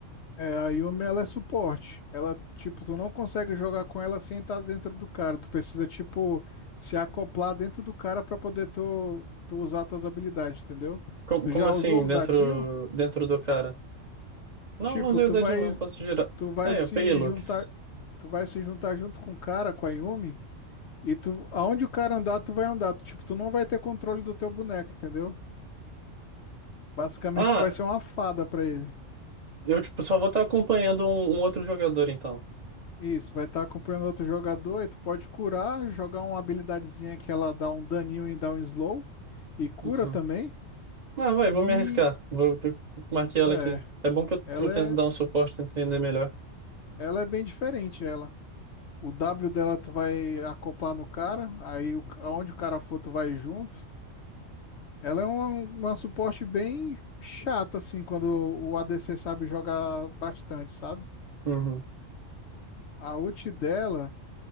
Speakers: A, on the left; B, on the right.
A: é, a Yumi ela é suporte. Ela, tipo, tu não consegue jogar com ela sem estar dentro do cara. Tu precisa, tipo, se acoplar dentro do cara pra poder tu, tu usar tuas habilidades, entendeu?
B: Como,
A: Tu
B: como
A: já
B: assim,
A: usou
B: dentro,
A: o dadinho?
B: dentro do cara? Não,
A: Tipo,
B: não usei
A: tu
B: o dadinho,
A: vai,
B: não, posso girar.
A: tu vai
B: Aí,
A: se
B: eu peguei Lux.
A: juntar, tu vai se juntar junto com o cara, com a Yumi. E tu, aonde o cara andar, tu vai andar. Tu, tipo, tu não vai ter controle do teu boneco, entendeu? Basicamente,
B: Ah,
A: tu vai ser uma fada pra ele.
B: eu tipo, só vou estar acompanhando um, um outro jogador, então.
A: Isso, vai estar acompanhando outro jogador, e tu pode curar, jogar uma habilidadezinha que ela dá um daninho e dá um slow, e cura
B: Uhum.
A: também.
B: Ah, vai, vou
A: E
B: me arriscar. Vou, eu marquei ela
A: é,
B: aqui. É bom que eu,
A: ela
B: eu tento
A: é,
B: dar um suporte, tento entender melhor.
A: ela é bem diferente, ela. O W dela tu vai acoplar no cara, aí o, aonde o cara for, tu vai junto. Ela é uma, uma suporte bem chata, assim, quando o ADC sabe jogar bastante, sabe?
B: Uhum,
A: A ult dela,